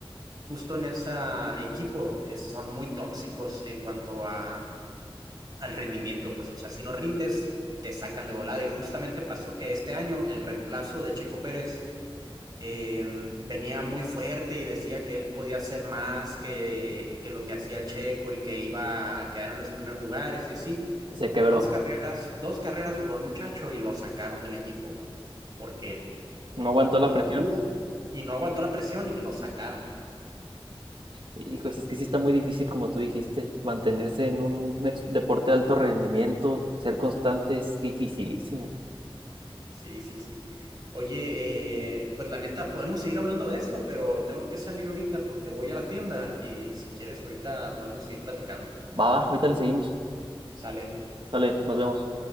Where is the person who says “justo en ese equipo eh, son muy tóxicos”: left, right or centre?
Right